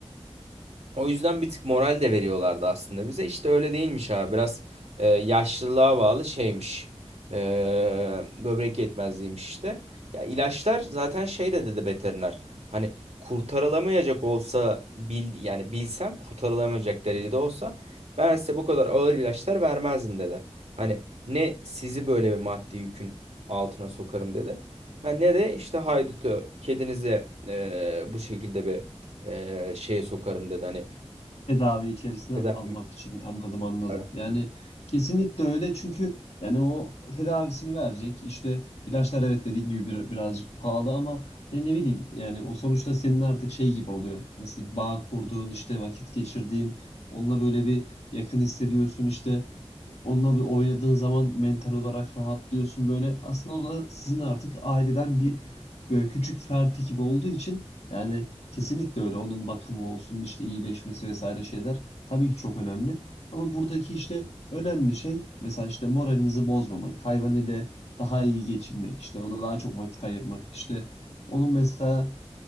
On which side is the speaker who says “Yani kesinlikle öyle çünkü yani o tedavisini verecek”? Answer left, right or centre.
Left